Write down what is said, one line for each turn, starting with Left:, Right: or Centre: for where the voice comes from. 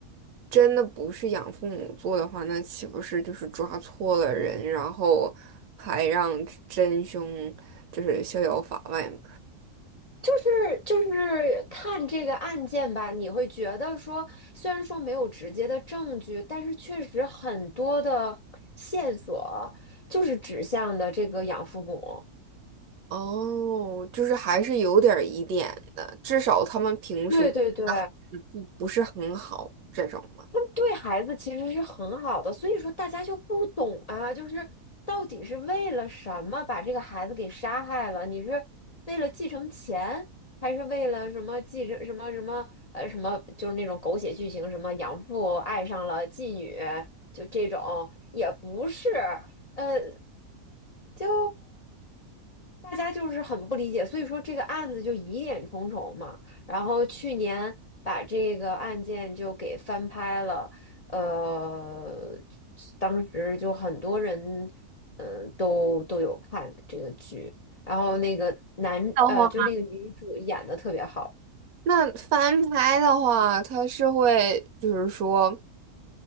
Right: 真的不是养父母做的话，那岂不是就是抓错了人，然后还让真凶就是逍遥法外嘛？
Left: 就是就是看这个案件吧，你会觉得说，虽然说没有直接的证据，但是确实很多的线索就是指向的这个养父母。
Right: 哦，就是还是有点儿疑点的，至少他们平时
Left: 对对对，
Right: 不不是很好这种嘛。
Left: 他们对孩子其实是很好的，所以说大家就不懂啊，就是到底是为了什么把这个孩子给杀害了？你是为了继承钱，还是为了什么继承什么什么呃什么？就是那种狗血剧情，什么养父爱上了妓女，就这种也不是，呃，就大家就是很不理解，所以说这个案子就疑点重重嘛。然后去年把这个案件就给翻拍了，呃，当时就很多人，嗯，都都有看这个剧，然后那个男，
Right: 的话，
Left: 呃，就是那个女主演的特别好。
Right: 那翻拍的话，他是会就是说，